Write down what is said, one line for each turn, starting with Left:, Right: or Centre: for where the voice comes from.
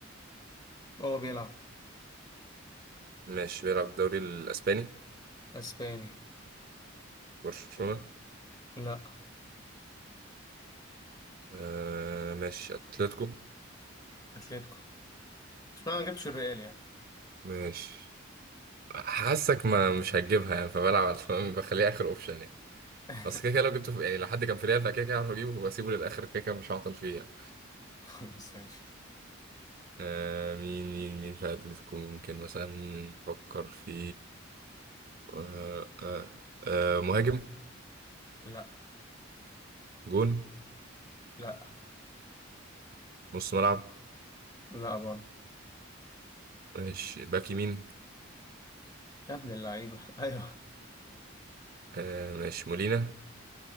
Left: هو بيلعب
Right: ماشي بيلعب في الدوري الاسباني
Left: اسباني
Right: برشلونة
Left: لا
Right: آه ماشي اتلتيكو
Left: اتلتيكو اشمعنى ما جبتش الريال يعني
Right: ماشي حاسك ما مش هتجيبها يعني فبلعب على فاهم؟ بخليها اخر اوبشن يعني
Left: <laughs>
Right: بس كده كده لو جبته في... يعني لو حد كان في ريال فكده كده هعرف اجيبه وبسيبه للاخر كده كده مش هعطل فيه يعني.
Left: <laughs> بس ماشي
Right: آه مين مين مين في اتلتيكو ممكن مثلا نفكر في آه آه آه مهاجم
Left: لا
Right: جون
Left: لا
Right: نص ملعب
Left: لا برضه
Right: ماشي باك يمين
Left: يا ابن اللعيبة <laughs> ايوه
Right: آه ماشي مولينا